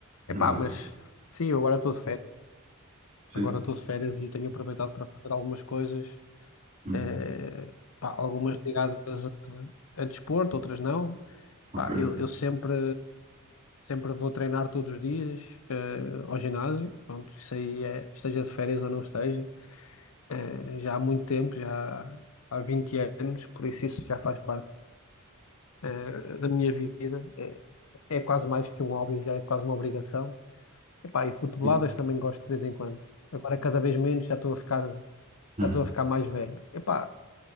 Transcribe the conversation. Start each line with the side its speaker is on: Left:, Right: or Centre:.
Right: na
Left: Epá,
Right: verdade,
Left: mas sim, eu agora estou de férias,
Right: sim.
Left: agora estou de férias e tenho aproveitado para fazer algumas coisas,
Right: Hum,
Left: eh, pá, algumas ligadas a, a desporto, outras não.
Right: ok.
Left: Pá, eu, eu sempre, sempre vou treinar todos os dias, eh, ao ginásio. Pronto, isso aí é, esteja de férias ou não esteja. Eh, já há muito tempo, já há 20 anos, por isso isso já faz parte, eh, da minha vida. É, é quase mais que um hobby, já é quase uma obrigação. E, pá, e futeboladas
Right: Sim,
Left: também gosto de vez em quando. Agora cada vez menos, já estou a ficar, já
Right: Hum,
Left: estou a ficar mais velho. E, pá,